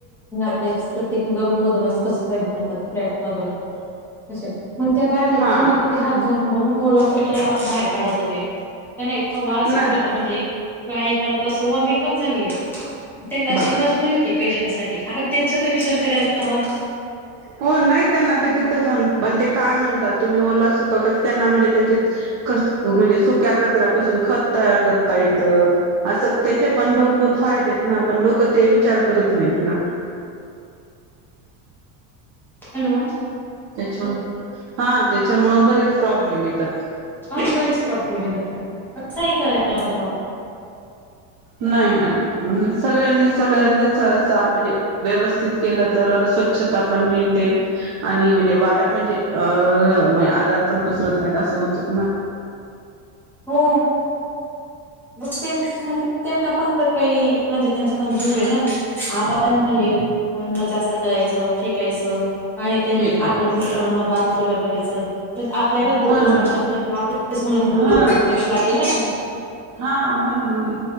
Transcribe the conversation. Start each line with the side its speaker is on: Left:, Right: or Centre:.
Centre: <unintelligible> प्रत्येक रूम मधून <unintelligible> फ्लॅट मधून अस पण त्या बाया नाईत
Right: हा
Centre: का मग. <unintelligible> घालून घालून ओला कचरा बाहेर काढत होते त्यांना इतका वास
Right: ना
Centre: येत होता म्हणजे एक त्या एकाला अस वोमिट पण झाली त्यांना अशी
Right: बघा
Centre: मजबुरी होती पैशांनसाठी आता त्यांचा तर विचार करायला हवा.
Right: हो नाही त्यांना ते तिथं जाऊन पण ते काय म्हणतात. तुम्ही ओला सुका क त्यांना म्हणजे त्याचीच खत म्हणजे सुक्या कचऱ्यापासून खत तयार करता येतं. असं त्याचे पण भरपूर फायदेत ना पण लोक ते विचार करत नाहीत ना
Centre: हॅलो.
Right: त्याच्या हा त्याच्यामूळ बरेच प्रॉब्लेम येतात.
Centre: <unintelligible> अस ही करायला हवा.
Right: नाही ना म्हणून सगळ्यांनी सगळ्यांना
Centre: हा
Right: सहसा म्हणजे व्यवस्थित केलं तर स्वच्छता पण मिळते. आणि म्हणजे वाया म्हणजे अ आजार पण पसरत नाही असं होत ना
Centre: हो <unintelligible> त्यांना पण तर काही म्हणजे त्यांचा पण जीवयेना <unintelligible> म्हणजे अन्न जास्त करायचं फेकायचं आणि त्यांनी
Right: फेकायचं
Centre: आपलं उष्ट अन्न बा बाजूला करायचेय. म्हणजे आपल्याला
Right: हो
Centre: दोष
Right: ना
Centre: लागतो कि आपल्या मुलांना
Right: हा
Centre: पुढे जाऊ दोष लागेल ना आता
Right: हा म्हणून